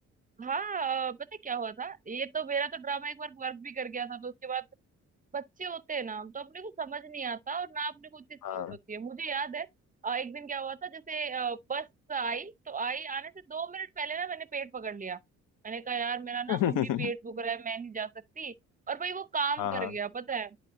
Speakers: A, on the right (about 25°); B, on the left (about 70°).
A: हाँ अ, पता है क्या हुआ था ये तो मेरा तो ड्रामा एक बार वर्क भी कर गया था तो उसके बाद बच्चे होते हैं ना तो अपने को समझ नहीं आता और ना अपने को उतनी समझ
B: हाँ
A: होती है मुझे याद है अ, एक दिन क्या हुआ था जैसे अ, बस आई तो आई आने से दो मिनट पहले ना मैंने पेट पकड़ लिया मैंने कहा यार मेरा ना
B: <laughs>
A: मम्मी पेट दुख रहा है मैं नहीं जा सकती और भाई वो काम
B: हाँ
A: कर
B: हाँ
A: गया पता है